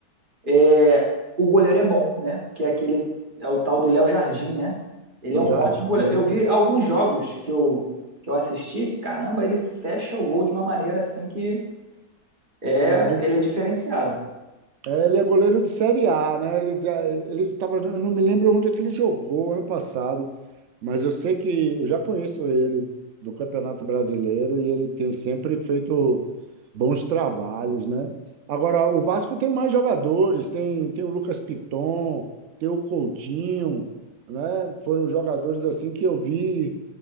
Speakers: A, on the right; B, on the right.
A: é, o goleiro é bom, né? Que é aquele é o tal do Léo Jardim, né? Ele
B: é
A: é
B: o
A: um
B: Jardim.
A: ótimo goleiro. Eu vi alguns jogos que eu, que eu assisti, caramba, ele fecha o gol de uma maneira assim que é,
B: É,
A: ele é diferenciado.
B: Ele é goleiro de Série A, né? Ele, tá- ele tava, eu não me lembro onde é que ele jogou ano passado, mas eu sei que eu já conheço ele do Campeonato Brasileiro e ele tem sempre feito bons trabalhos, né? Agora, o Vasco tem mais jogadores, tem, tem o Lucas Piton, tem o Coutinho, né? Foram jogadores assim que eu vi